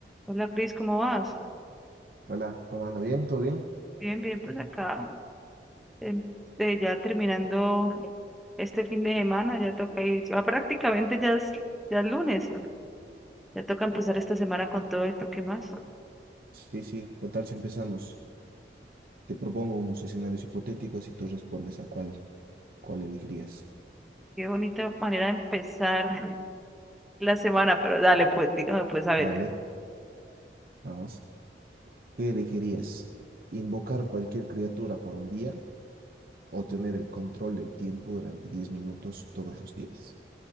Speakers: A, in the centre; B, on the right.
A: Hola Cris, ¿cómo vas?
B: Hola, ¿cómo anda? ¿Bien? ¿Todo bien?
A: Bien, bien, pues acá em, eh, ya terminando este fin de semana, ya toca ir, ya prácticamente ya es, ya es lunes, ya toca empezar esta semana con todo y tú qué más.
B: Sí, sí, ¿qué tal si empezamos? Te propongo unos escenarios hipotéticos y tú respondes a cuál, cuál elegirías.
A: Qué bonita manera de empezar <laughs> la semana, pero dale, pues dígame, pues a ver,
B: Dale.
A: ¿qué-
B: Vamos. ¿Qué elegirías? ¿Invocar cualquier criatura por un día o tener el control del tiempo durante 10 minutos todos los días?